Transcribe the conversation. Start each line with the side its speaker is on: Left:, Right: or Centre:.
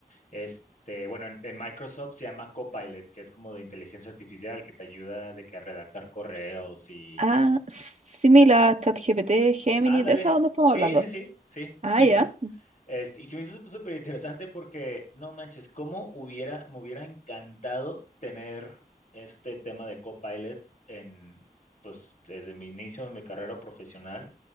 Left: este, bueno, en, en Microsoft se llama Copilot, que es como de inteligencia artificial que te ayuda de que a redactar correos y...
Right: Ah, similar, ChatGPT,
Left: eh,
Right: Gemini,
Left: Ándale.
Right: ¿de eso dónde estamos
Left: Sí,
Right: hablando?
Left: sí, sí, sí,
Right: Ah,
Left: justa.
Right: ya.
Left: Este, y se me hizo súper interesante porque, no manches, cómo hubiera, me hubiera encantado tener este tema de Copilot en, pues, desde mi inicio de mi carrera profesional,